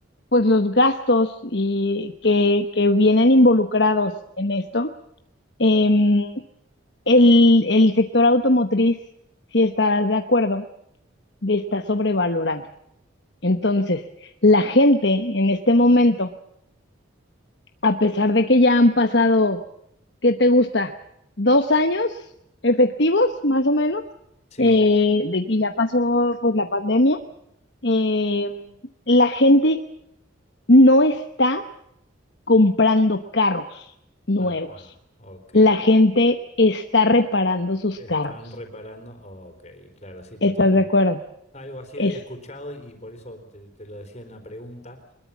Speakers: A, on the left; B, on the left.
A: pues los gastos y que, que vienen involucrados en esto. em, el, el sector automotriz, si estarás de acuerdo, está sobrevalorado. Entonces, la gente en este momento, a pesar de que ya han pasado, ¿qué te gusta? Dos años efectivos, más o menos,
B: Sí,
A: eh, de que ya pasó pues la pandemia, eh, la gente no está comprando carros nuevos.
B: Ajá, ok.
A: La gente está reparando sus
B: Están
A: carros.
B: reparando. Ok, claro, sí, totalmente.
A: ¿Estás de acuerdo?
B: Algo así
A: Es
B: había escuchado y por eso te, te lo decía en la pregunta.